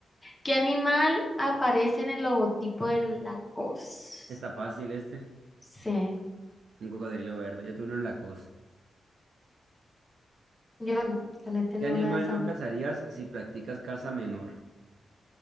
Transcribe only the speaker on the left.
¿Qué animal aparece en el logotipo de Lacoste?
Sí,
yo no, yo no he tenido
una de esa
marca.